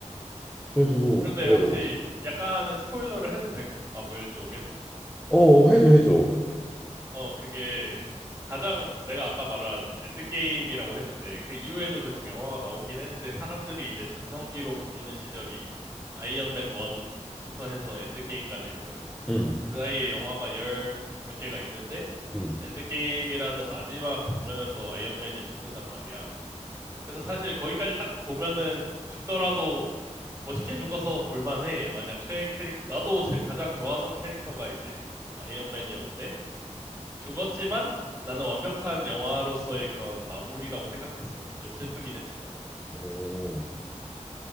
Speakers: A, in the centre; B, on the right.
A: 그래가지고
B: 그런데
A: 어,
B: 혹시 약간의 스포일러를 해도 될까? 마블 쪽에서?
A: 어 해줘 해줘.
B: 어, 그게 가장 내가 아까 말한 엔드게임이라고 했는데 그 이후에도 계속 영화가 나오긴 했는데 사람들이 이제 전성기로 부르는 시절이 아이언맨 1부터 해서 엔드게임까지거든.
A: 응,
B: 그 사이에 영화가 열 몇 개가 있는데
A: 응.
B: 엔드게임이라는 마지막 장면에서 아이언맨이 죽는단 말이야. 그래서 사실 거기까지 딱 보면은 죽더라도 멋있게 죽어서 볼만해. 만약 최애 캐릭, 나도 제 가장 좋아하던 캐릭터가 이제 아이언맨이었는데 죽었지만 나는 완벽한 영화로서의 그런 마무리라고 생각했어. 좀 슬프긴 했지만.
A: 오.